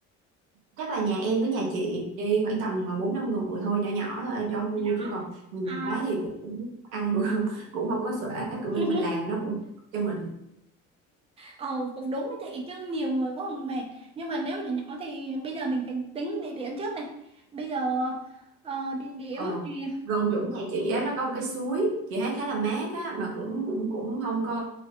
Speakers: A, on the right; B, on the right.
A: chắc là nhà em với nhà chị đi khoảng tầm mà bốn năm người thôi nhỏ nhỏ thôi cho vui
B: nhỏ
A: chứ còn nhiều
B: À.
A: quá thì cũng ăn <laughs> cũng không có xuể kiểu mình
B: <laughs>
A: mình làm nó cũng cho mình
B: Ờ cũng đúng đấy chị chứ nhiều người quá còn mệt. Nhưng mà nếu nhỏ nhỏ thì bây giờ mình phải tính địa điểm trước này. Bây giờ ờ, địa điểm
A: Ờ,
B: thì đi,
A: gần chỗ nhà chị á, nó có một cái suối chị thấy khá là mát á mà cũng cũng cũng không có